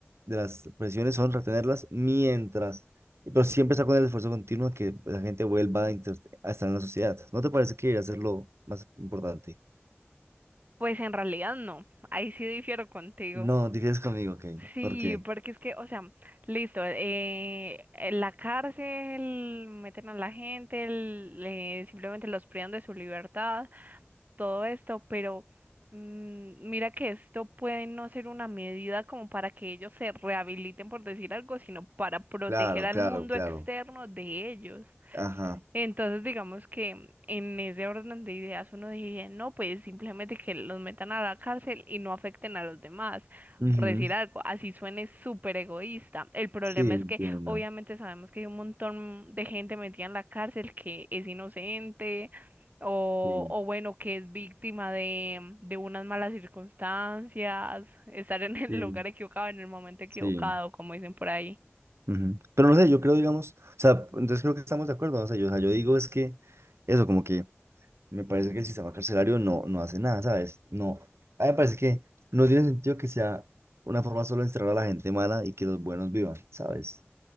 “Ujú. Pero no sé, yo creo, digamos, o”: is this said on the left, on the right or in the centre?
Right